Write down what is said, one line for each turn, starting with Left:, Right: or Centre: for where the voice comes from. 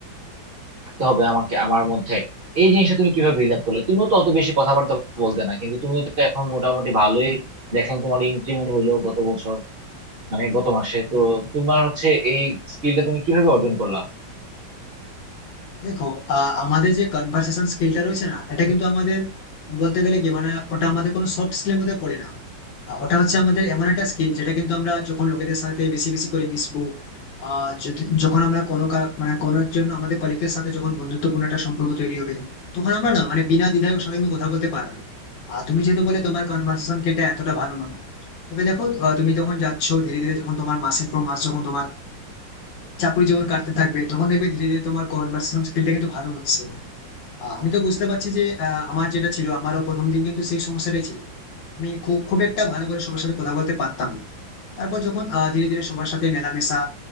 Right: রাখতে হবে আমাকে আমার মধ্যে এই জিনিসটা তুমি কিভাবে বিল্ড আপ করলে তুমিও তো অত বেশি কথাবার্তা বলতে না কিন্তু তুমিও তো এখন মোটামুটি ভালোই দেখলাম তোমার ইনক্রিমেন্ট হইলো গত বছর মানে গত মাসে তো তোমার হচ্ছে এই স্কিলটা তুমি কিভাবে অর্জন করলা
Left: দেখো আহ, আমাদের যে কনভার্সেশন স্কিলটা রয়েছে না এটা কিন্তু আমাদের বলতে গেলে কি মানে ওটা আমাদের কোনো সফট স্কিলের মধ্যে পড়ে না আহ, ওটা হচ্ছে আমাদের এমন একটা স্কিল যেটা কিন্তু আমরা যখন লোকেদের সাথে বেশি বেশি করে মিশবো আহ, যদি- যখন আমরা কোনো কার- মানে কোনো একজন আমাদের কলিগের সাথে যখন বন্ধুত্বপূর্ণ একটা সম্পর্ক তৈরি হবে তখন আমরা না মানে বিনা দ্বিধায় ওর সাথে কিন্তু কথা বলতে পারবো আর তুমি যেহেতু বলে তোমার কনভার্সেশন স্কিলটা এতটা ভালো নয় তবে দেখো আহ, তুমি যখন যাচ্ছো ধীরে ধীরে যখন তোমার মাসের পর মাস যখন তোমার চাকরি জীবন কাটতে থাকবে তখন দেখবে ধীরে ধীরে তোমার কনভার্সেশন স্কিলটা কিন্তু ভালো হচ্ছে আহ, আমি তো বুঝতে পারছি যে আহ, আমার যেটা ছিল আমারও প্রথম দিন কিন্তু সেই সমস্যাটাই ছিল আমি খুব খুব একটা ভালো করে সবার সাথে কথা বলতে পারতাম না। তারপর যখন আহ, ধীরে ধীরে সবার সাথে মেলামেশা